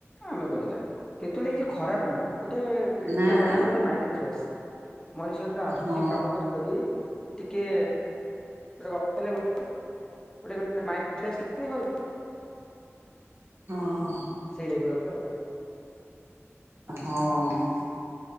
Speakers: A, on the left; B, on the right.
A: ଆମେ କରିବା କିନ୍ତୁ ଏଟା କିଛି ଖରାପ ନୁହଁ ଗୋଟେ ଏଟା
B: ନା
A: ୱାନ
B: ନା
A: ଟାଇମ ଗୋଟେ ମାଇଣ୍ଡ ଫ୍ରେସ ମଣିଷ ଯେତେବେଳେ ଆସ
B: ହଁ
A: କରି କରି ଟିକେ ଗପିଲେ <unintelligible> ଗୋଟେ <unintelligible> ମାଇଣ୍ଡ ଫ୍ରେସ ଲାଗେନି ଭାଉ
B: ହଁ।
A: ସେଇ ଟାଇପ୍ ର ଗୋଟେ ଆଉ।
B: ହଁ